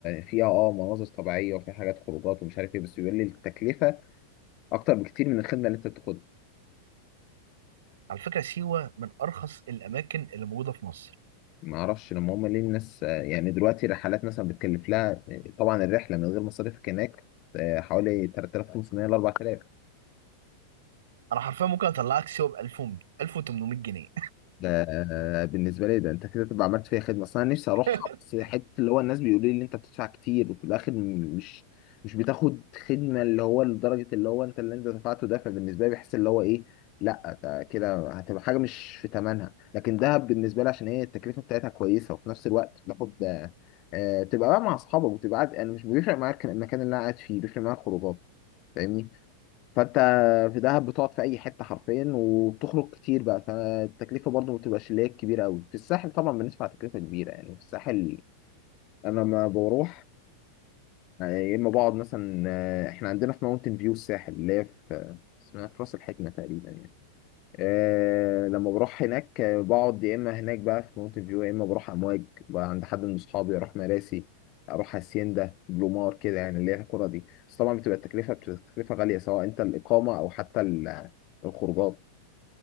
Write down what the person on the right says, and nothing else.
على فكرة سيوة من أرخص الأماكن اللي موجودة في مصر
أنا حرفيا ممكن أطلعك سيوة ب 1000 1800 جنيه
<laughs>